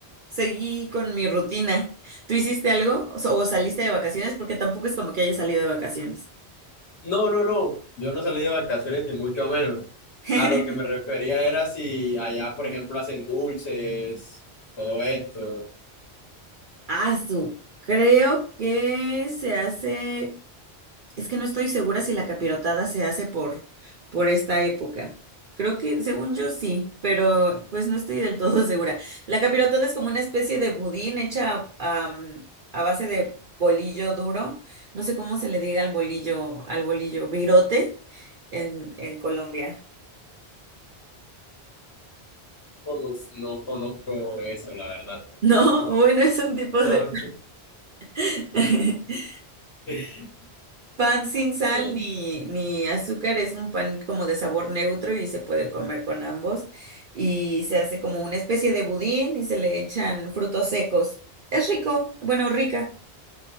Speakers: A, on the right; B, on the left.
A: seguí con mi rutina. ¿Tú hiciste algo o so- o saliste de vacaciones? Porque tampoco es como que haya salido de vacaciones.
B: No, no, no. Yo no salí de vacaciones ni mucho menos.
A: <laughs>
B: A lo que me refería era si allá, por ejemplo, hacen dulces, todo esto.
A: Ah, su. Creo que se hace Es que no estoy segura si la capirotada se hace por, por esta época. Creo que, según yo, sí, pero pues no estoy del todo <laughs> segura. La capirotada es como una especie de budín hecha am, a base de bolillo duro. No sé cómo se le diga al bolillo, al bolillo, virote en, en Colombia. <laughs>
B: No, no, no conozco eso, la verdad.
A: No, bueno, es un tipo
B: No,
A: de...
B: no.
A: <laughs>
B: <laughs>
A: Pan sin sal
B: No.
A: ni, ni azúcar, es un pan como de sabor neutro y se puede comer con ambos. Y se hace como una especie de budín y se le echan frutos secos. Es rico, bueno, rica.